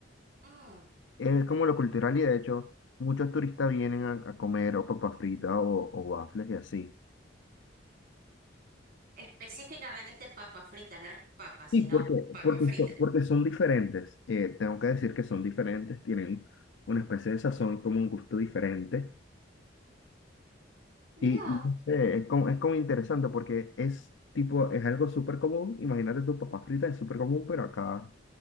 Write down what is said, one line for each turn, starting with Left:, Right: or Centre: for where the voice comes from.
Right: Mm,
Left: Es como lo cultural y de hecho, muchos turistas vienen a, a comer o papas fritas o, o waffles y así.
Right: específicamente papa frita, no es papa, sino
Left: Sí, porque,
Right: papa
Left: porque,
Right: frita.
Left: so- porque son diferentes. Eh, tengo que decir que son diferentes, tienen una especie de sazón, como un gusto diferente.
Right: Mirá,
Left: Y, y no sé, es como, es como interesante porque es tipo, es algo súper común. Imagínate tu papa frita, es súper común, pero acá